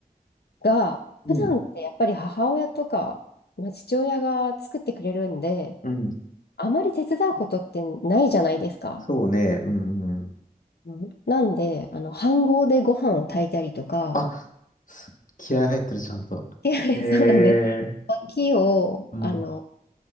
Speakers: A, on the left; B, on the left.
A: が、
B: うん、
A: 普段ってやっぱり母親とか、まあ、父親が作ってくれるんで、
B: うん。
A: あまり手伝うことってないじゃないですか。
B: そうね、うん、うん。
A: うんなんで、あの、飯盒でご飯を炊いたりとか、
B: あ、す気合入ってる、ちゃんと。
A: で <laughs>
B: へえ。
A: そうなんです。薪を、
B: うん、
A: あの、